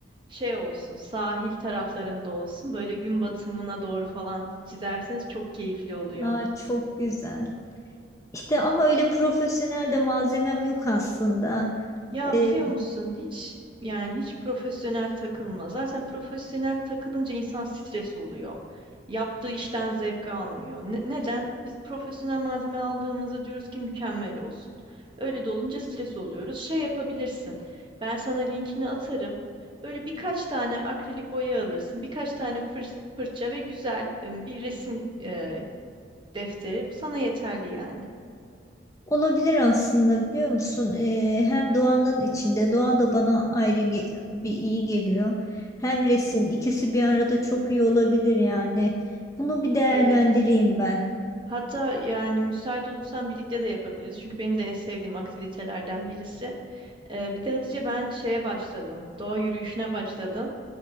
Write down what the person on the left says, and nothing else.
Aa, çok güzel. İşte ama öyle profesyonel de malzemem yok aslında.
Ee,
olabilir aslında biliyor musun? Ee, hem doğanın içinde doğa da bana ayrı ge- bir iyi geliyor. Hem resim ikisi bir arada çok iyi olabilir yani. Bunu bir değerlendireyim
ben.